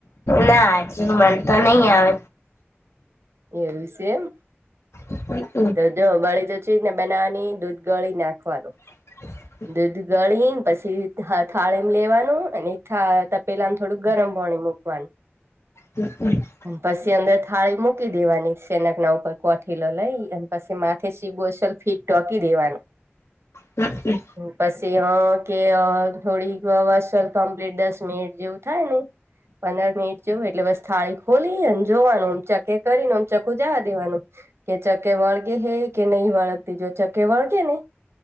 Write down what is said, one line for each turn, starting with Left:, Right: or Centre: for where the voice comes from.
Left: ના હજુ મનતો નહી આવ
Right: એવુ છે એમ.
Left: હમ્મ.
Right: તો જો બળી તો ચેવી રીત ના બનાવવાની દૂધ ગળી નાખવાનું.
Left: <inaudible>
Right: દૂધ ગળીન પછી થ થાળીમ લેવાનું અને થ તપેલામ થોડું ગરમ પાણી મૂકવાનું.
Left: હ અ. <inaudible>
Right: પછી અંદર થાળી મૂકી દેવાની સેનાક ના ઉપર કોઠીલો લઈ અને પછી માથે સીબો સલફી ઢોકી દેવાનું.
Left: હ અ. <inaudible>
Right: પછી અ કે અ થોડીક વષલ કમ્પ્લીટ દસ મિનિટ જેવું થાય ને પંદર મિનિટ જેવું. એટલે બસ થાળી ખોલીને જોવાનું ચકે કરીને આમ ચકું જવા દેવાનું. કે ચક્કે વળગેહૈ કે નહી વળગતી જો ચક્કે વળગે ને